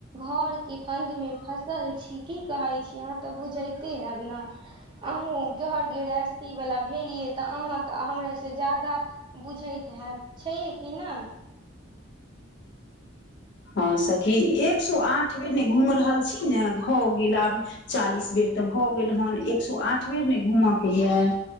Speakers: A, on the right; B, on the left.
A: घर के फंद मे फसल छी की कहै छी अहाँ तऽ बुझैते हेब ने अहूँ घर गृहस्थी वला भेलियै तऽ अहाँ तऽ हमर से ज्यादा बुझैत हयब छैह कि नहि
B: हँ सखी एक सौ आठ बेर ने घूम रहल छी ने खोब <unintelligible> चालीस बेर तऽ भऽ गेल हेन एक सए आठ बेर नहि घूमके यए